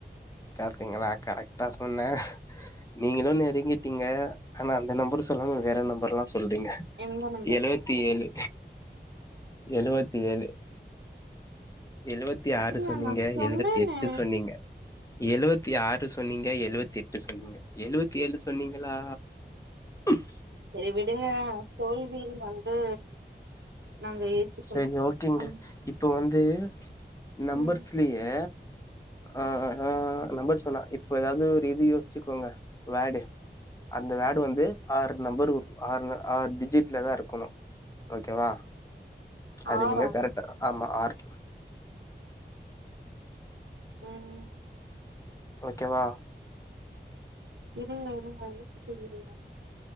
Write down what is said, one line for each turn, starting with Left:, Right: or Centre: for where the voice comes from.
Left: பாத்தீங்களா கரெக்ட்டா சொன்னே நீங்களு நெருங்கிட்டீங்க ஆனா அந்த நம்பர் சொல்லாம வேற நம்பர்லா சொல்றீங்க
Right: எந்த நம்பர்
Left: எழுவத்தி ஏழு எழுவத்தி ஏழு எழுவத்தி
Right: அப்டியா
Left: ஆறு சொன்னீங்க
Right: நா சொன்னேனே
Left: எழுவத்தி எட்டு சொன்னீங்க எழுவத்தி ஆறு சொன்னீங்க எழுவத்தி எட்டு சொன்னீங்க எழுவத்தி ஏழு சொன்னீங்களா ம்
Right: செரி விடுங்க தோல்வி வந்து நாங்க ஏத்துக்கணு
Left: சரி ஓகேங்க
Right: அந்
Left: இப்ப வந்து நம்பர்ஸ்லையே
Right: ம்
Left: ஆ ஆ நம்பர்ஸ் வேணா இப்ப எதாவ்து ஒரு இது யோசிச்சுக்கோங்க வேடு அந்த வேட் வந்து ஆறு நம்பர் ஆறு ஆறு டிஜிட்லதா இருக்கணு ஓகேவா அதுங்ளே
Right: ஆறா
Left: கரெக்ட் ஆமா ஆர்
Right: ம்
Left: ஓகேவா
Right: இருங்க இருங்க யோசிக்க விடுங்க